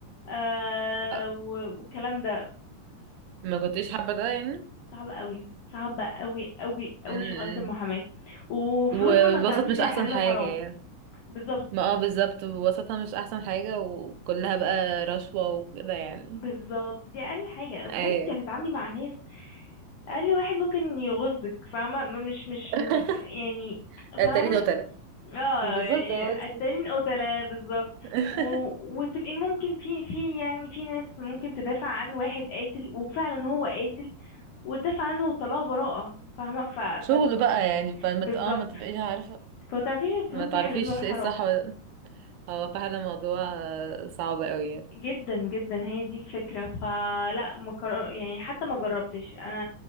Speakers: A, on the left (about 55°); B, on the right (about 70°).
A: آه
B: اه،
A: و- والكلام ده
B: ما كنتش حابة ده يعني
A: صعبة قوي صعبة قوي قوي قوي
B: امم.
A: شغلانة المحاماة وفلوسها
B: والوسط
A: ما تعرفيش
B: مش
A: هي
B: احسن
A: حلال
B: حاجة
A: وحرام
B: يعني
A: بالظبط
B: ما اه بالظبط وسطها مش احسن حاجة وكلها بقى رشوة وكده يعني
A: بالظبط دي اقل حاجة وكمان
B: ايوه
A: انت هتتعاملي مع ناس اقل واحد ممكن يغزك فاهمة ما- مش مش
B: <laughs>
A: م- يعني
B: تاني
A: فاهمة
B: وتالت
A: اه
B: بالظبط
A: يعني
B: اه
A: قتالين قتلة بالظبط
B: <laughs>
A: و... وتبقي ممكن في في يعني في ناس ممكن تدافع عن واحد قاتل وفعلا هو قاتل وتدافع عنه وطلعه براءة فاهمة ف... ف...
B: شغل بقى يعني فما
A: بالظبط
B: ت- اه ما تبقيش عارفة
A: فمتعرفيش الفلوس
B: ما تعرفيش
A: دي حلال ولا حرام
B: ايه الصح ولا- هو فعلا موضوع آه، صعب قوي يعني
A: جدا جدا هي دي الفكرة فلا ما كر... يعني حتى ما جربتش انا